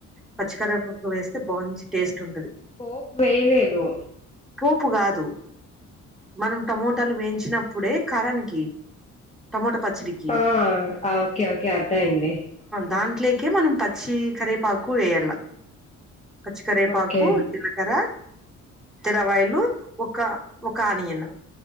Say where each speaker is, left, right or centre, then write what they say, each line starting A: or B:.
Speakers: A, in the centre; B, on the left (about 20°).
A: పచ్చికరేపాకు వేస్తే బాంచి టేస్ట్ ఉంటది
B: పోపు వెయ్యలేదు
A: పోపు కాదు మనం టమోటాలు వేయించినప్పుడే కారానికి టమోటా పచ్చడికి
B: ఆ ఓకే ఓకే అర్థం అయ్యింది
A: దాంట్లోకి మనం పచ్చి కరేపాకు వెయ్యాల పచ్చి కరేపాకు
B: ఓకే
A: జిలకర తెల్లవాయిలు ఒక్క ఒక ఆనియన్